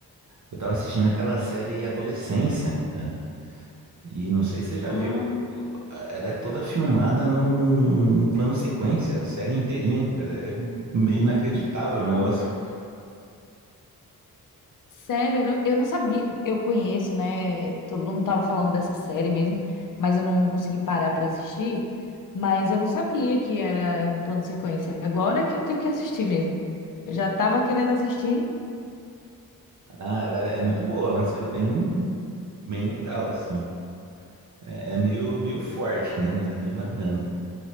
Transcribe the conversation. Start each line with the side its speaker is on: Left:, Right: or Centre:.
Right: Eu tava assistindo aquela série Adolescência, cara. E não sei se você já
Left: Ah,
Right: viu, o- a- ela é toda filmada num plano sequência, a série inteirinha, cara. É meio inacreditável o
Left: nossa.
Right: negócio.
Left: Sério? Eu não eu não sabia. Eu conheço, né? Todo mundo tava falando dessa série mesmo, mas eu não consegui parar pra assistir. Mas eu não sabia que era em plano sequência. Agora que eu tenho que assistir mesmo. Eu já tava querendo assistir.
Right: Ah, ela é é muito boa, é uma série bem, bem legal, assim. É, é meio, meio forte, né? Mas é bem bacana.